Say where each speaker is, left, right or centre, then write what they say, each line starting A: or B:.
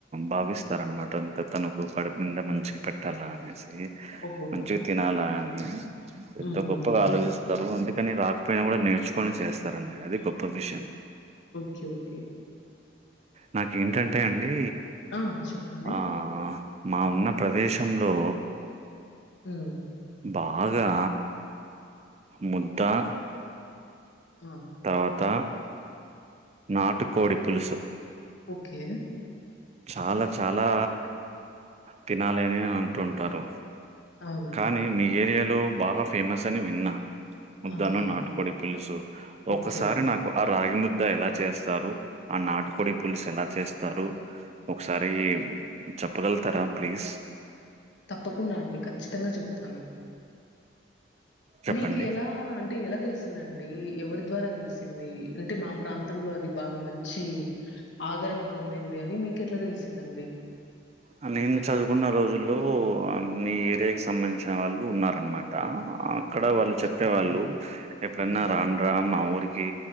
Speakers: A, on the right; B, on the left.
A: భావిస్తార అనమాట అంత తనకు కడుపు నిండా మంచిగా పెట్టాలా అనేసి. ఈ
B: ఓహోహో!
A: మంచిగ తినాలా అని ఎంతో
B: హుహుహు.
A: గొప్పగా ఆలోచిస్తారు అందుక్ కని రాకపోయినా గూడా నేర్చుకొని చేస్తారండి అది గొప్ప విషయం.
B: ఒకే ఒకే
A: నాకేంటంటే అండీ
B: ఆ! చెప్పండి.
A: ఆ మా ఉన్న ప్రదేశంలో
B: హ్ము
A: బాగా ముద్దా
B: ఆ!
A: తర్వాతా నాటుకోడి పులుసు
B: ఓకే
A: చాలా చాలా తినాలి అని అంటుంటారు
B: అవును.
A: కానీ మీ ఏరియాలో బాగా ఫేమస్ అని విన్నా ముద్ద
B: ఆహా!
A: అను నాటుకోడి పులుసు ఒకసారి
B: ఓకే.
A: నాకు రాగి ముద్ద ఎలా చేస్తారు ఆ నాటుకోడి పులుసు ఎలా చేస్తారు ఒకసారి చెప్పగలుతారా ప్లీజ్
B: తప్పకుండా అండి ఖచ్చితంగా చెప్తాను
A: చెప్పండి
B: మీకు ఎలా అంటే ఎలా తెలిసిందండి ఎవరి ద్వారా తెలిసింది అంటే మా ప్రాంతంలో అది బాగా మంచి ఆదరణ పొందింది అని మీకెట్లా తెలిసిందండి
A: ఆ నేను చదువుకున్న రోజుల్లో మీ ఏరియాకిి సంబంధించిన వాళ్ళు ఉన్నారనమాట అక్కడ
B: ఓ
A: వాళ్ళు చెప్పేవాళ్ళు ఎప్పుడైనా
B: ఓకే.
A: రాండి రా మా ఊరికి